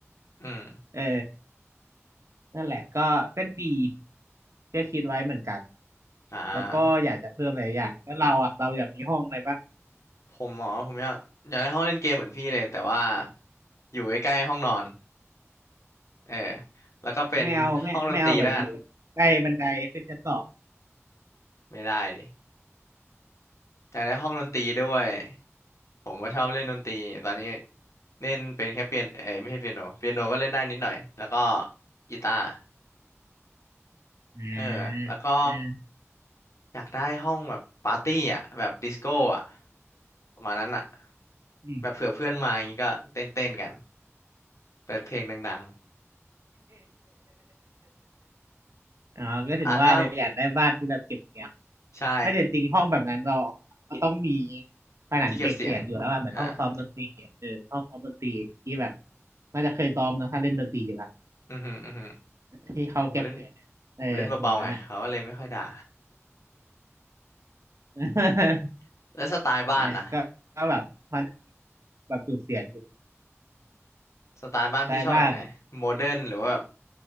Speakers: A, on the left (about 75°); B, on the right (about 70°).
A: อืม
B: เออนั่นแหละก็ก็ดีก็คิดไว้เหมือนกัน
A: อ่า
B: แล้วก็อยากจะเพิ่มหลายอย่างแล้วเราอ่ะเราอยากมีห้องอะไรปะ
A: ผมหมอผมอยากอยากได้ห้องเล่นเกมเหมือนพี่เลยแต่ว่าอยู่ใกล้ๆห้องนอนเออแล้วก็เป็นห้องดนตรีแล้วกัน
B: ไม่เอาไม่ไม่เอาแบบอยู่ใกล้บันไดขึ้นชั้นสอง
A: ไม่ได้ดิอยากได้ห้องดนตรีด้วย ผมก็ชอบเล่นดนตรีตอนนี้เล่นเป็นแค่เปียโนเอ้ยไม่ใช่เปียโนเปียโนก็เล่นได้นิดหน่อยแล้วก็กีตาร์
B: อ่าอืม
A: เออแล้วก็อยากได้ห้องแบบปาร์ตี้อ่ะแบบดิสโก้อ่ะประมาณนั้นอ่ะ
B: <laughs> อืม
A: แบบเผื่อเพื่อนมาอย่างงี้ก็เต้นเต้นกันเปิดเพลงดัง
B: อ๋อก็ถึงว่าเลยอยากได้บ้านที่เราเก็บเสียง
A: ๆอ่าถ้าใช่
B: ไม่แต่จริงห้องแบบนั้นเราเราต้องมีผนังเก็บเสียงอยู่แล้วอะเหมือนห้องซ้อมดนตรีอะเออห้องซ้อมดนตรีที่แบบ
A: ที่เก็บเสียงอ่า
B: น่าจะเคยซ้อมนะถ้าเล่นดนตรีอยู่แล้ว
A: อือหืออือหือ
B: ที่เขาเก็บเสียงเออแบบนั้นอ่ะ
A: ผมเล่นผมเล่นเบาๆไงเขาก็เลยไม่ค่อยด่า
B: <laughs>
A: <laughs> แล้วสไตล์บ้านนะ
B: นะก็ก็แบบพอแบบดูดเสียงอยู่
A: สไตล์บ้านพี่ชอบแบบไหนโมเดิร์นหรือว่าแบบ
B: ใต้บ้านอ่ะ